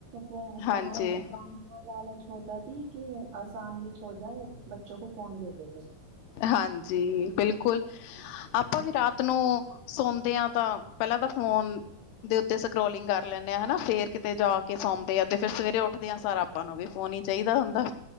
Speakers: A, on the right (about 80°); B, on the left (about 85°).
A: ਕਮ
B: ਹਾਂਜੀ,
A: ਕਮ ਕਾ ਲਾਲਚ ਹੋਤਾ ਕਿ ਆਸਾਨ ਵਿੱਚ ਹੋ ਜਾਏ ਬੱਚੋ ਕੋ ਫ਼ੋਨ ਦੇਦੇੇ
B: ਹਾਂਜੀ ਬਿਲਕੁਲ ਆਪਾਂ ਵੀ ਰਾਤ ਨੂੰ ਸੌਦੇ ਆ ਤਾਂ ਪਹਿਲਾਂ ਤਾਂ ਫੋਨ ਦੇ ਉੱਤੇ ਸਕਰੋਲਿੰਗ ਕਰ ਲੈਂਦੇ ਆ, ਹਨਾ ਫੇਰ ਕਿਤੇ ਜਾ ਕੇ ਸੌਂਦੇ ਆ ਤੇ ਫਿਰ ਸਵੇਰੇ ਉੱਠਦੇ ਆ, ਸਰ ਆਪਾਂ ਨੂੰ ਵੀ ਫੋਨ ਹੀ ਚਾਹੀਦਾ ਹੁੰਦਾ।